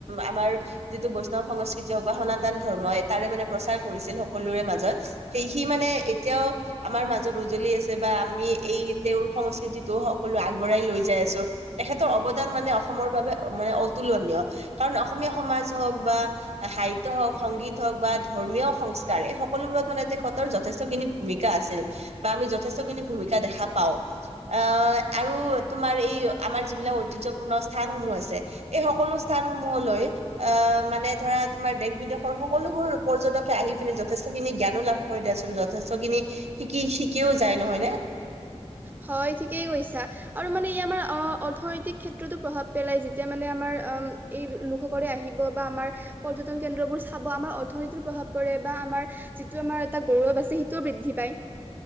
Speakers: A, on the right (about 75°); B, on the right (about 15°).
A: আমাৰ যিটো বৈষ্ণৱ সংস্কৃতি হওক বা সনাতন ধৰ্মই তাৰে মানে প্ৰচাৰ কৰিছিল সকলোৰে মাজত সেই সি মানে এতিয়াও আমাৰ মাজত উজলি আছে বা আমি এই তেওঁৰ সংস্কৃতিটো সকলো আগবঢ়াই লৈ যাই আছো তেখেতৰ অৱদান মানে অসমৰ বাবে মানে অতু- অতুলনীয়, কাৰণ অসমীয়া সমাজ হওক বা সাহিত্য হ‌ওক, সংগীত হ‌ওক বা ধৰ্মীয় সংস্কাৰ সংস্কাৰ এই সকলোবোৰত মানে তেখতৰ যথেষ্টখিনি ভূমিকা আছিল বা আমি যথেষ্টখিনি ভূমিকা দেখা পাও আহ আৰু তোমাৰ এই আমাৰ যিবিলাক ঐতিহ্যপূৰ্ণ স্থান সমূহ আছে। এই সকলো স্থান সমূহলৈ এ মানে ধৰা তোমাৰ দেশ বিদেশৰ সকলোবোৰ পৰ্যটকে আহি ইখিনি যথেষ্টখিনি জ্ঞানো লাভ কৰি দিয়চোন যথেষ্ট খিনি শিকি শিকিও যায় নহয় নে। <inaudible>
B: হয় ঠিকেই কৈছা আৰু মানে ই আমাৰ অ অৰ্থনৈতিক ক্ষেত্ৰতো প্ৰভাৱ পেলাই যেতিয়া মানে আমাৰ এই লোকসকলে আহিব বা আমাৰ পৰ্যটন কেন্দ্ৰবোৰ চাব। আমাৰ অৰ্থনীতিত প্ৰভাৱ পৰে বা আমাৰ <unintelligible> যিটো আমাৰ এটা গৌৰৱ আছে সেইটোও বৃদ্ধি পায়।